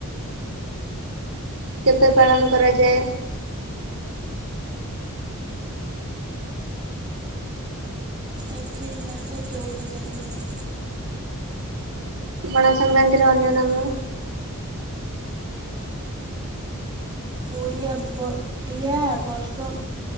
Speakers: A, on the right; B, on the right.
A: କେବେ ପାଳନ କରାଯାଏ?
B: ଏପ୍ରିଲ ମାସ ଚଉଦ ତାରିଖରେ।
A: ପଣା ସଂକ୍ରାନ୍ତିର ଅନ୍ୟ ନାମ
B: ଓଡ଼ିଆ ବ ଡ଼ିଆ ବର୍ଷ